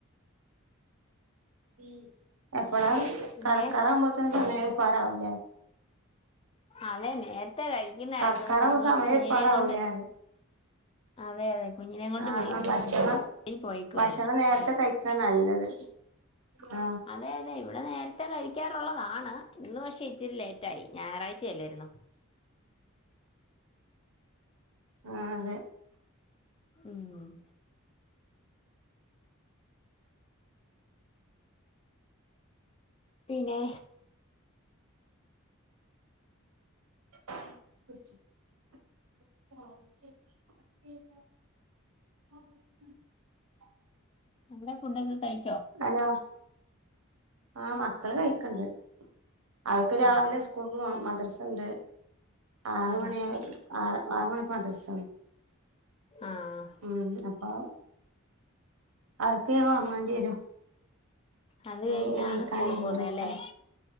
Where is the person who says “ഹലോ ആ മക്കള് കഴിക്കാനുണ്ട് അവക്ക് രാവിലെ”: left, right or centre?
Right